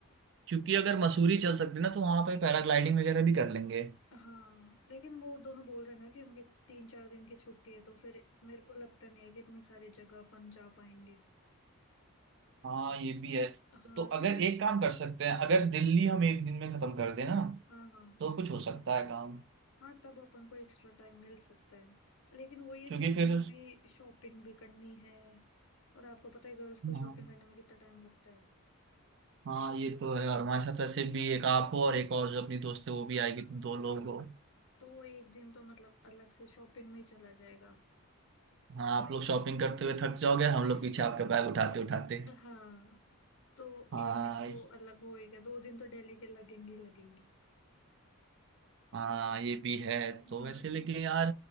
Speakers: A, on the right (about 55°); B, on the left (about 55°).
A: क्योंकि अगर मसूरी चल सकते ना तो वहां पे पैराग्लाइडिंग वगैरह भी कर लेंगे
B: हाँ लेकिन वो दोनों बोल रहे हैं ना कि उनकी तीन चार दिन की छुट्टी है तो फिर मेरे को लगता नहीं है कि इतनी सारी जगह अपन जा पाएंगे
A: हाँ ये भी है
B: हाँ
A: तो
B: क्योंकि
A: अगर एक काम कर सकते हैं अगर दिल्ली हम एक दिन में खत्म कर दें ना
B: हाँ हाँ
A: तो कुछ हो सकता है काम
B: हाँ तब अपन को एक्स्ट्रा टाइम मिल सकता है लेकिन वो ये
A: क्योंकि
B: दिल्ली
A: फिर
B: में भी शॉपिंग भी करनी है और आपको पता है गर्ल्स को
A: हाँ
B: शॉपिंग करने में कितना टाइम लगता है
A: हाँ ये तो है और हमारे साथ वैसे भी एक आप हो और एक और जो अपनी दोस्त है वो भी
B: हाँ
A: आएगी तो दो लोग
B: वही
A: हो
B: तो तो एक दिन तो मतलब अलग से शॉपिंग में ही चला जाएगा
A: हाँ आप लोग शॉपिंग करते हुए थक जाओगे हम
B: <laughs>
A: लोग पीछे आपका बैग उठाते उठाते
B: हाँ तो
A: हाँ
B: एक दिन तो अलग होएगा दो दिन तो दिल्ली के लगेंगे ही लगेंगे
A: हाँ ये भी है
B: हम्म
A: तो वैसे लेकिन यार